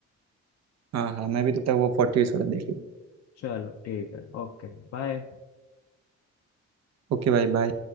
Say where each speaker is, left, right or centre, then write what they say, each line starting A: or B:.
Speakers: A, on the right (about 60°); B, on the left (about 55°).
A: हाँ हाँ मैं भी तो तक वो फोर्टी ईयर्स वाला देख लूँगा
B: चलो ठीक है ओके बाय
A: ओके भाई बाय